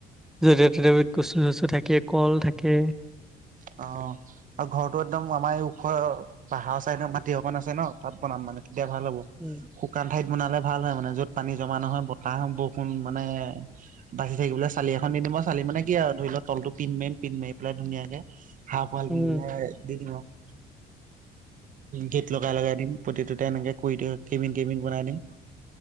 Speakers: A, in the centre; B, on the right (about 50°).
A: যতে ততে কচু থচু থাকে কল থাকে।
B: অ আৰু ঘৰৰতো একদম আমাৰ এই ওখৰ পাহাৰৰ চাইডৰ মাটি অকন আছে ন তাত বনাম মানে তেতিয়া ভাল হ'ব।
A: উম
B: শুকান ঠাইত বনালে ভাল হয় মানে য'ত পানী জমা নহয় বতাহ বৰষুণ মানে। বাচি থাকিবলৈ চালি এখন দি দিম বাৰু, চালি মান কি আৰু ধৰি লও তলটো পিনমাৰিম পিনমাৰি পেলাই ধুনীয়াকে। হাফাৱাল
A: উম
B: মিলে দি দিলো আৰু গেট লগাই লগাই দিম প্ৰতিটোতে এনেকে কৰিদৰ কেবিন কেবিন বনাই দিম।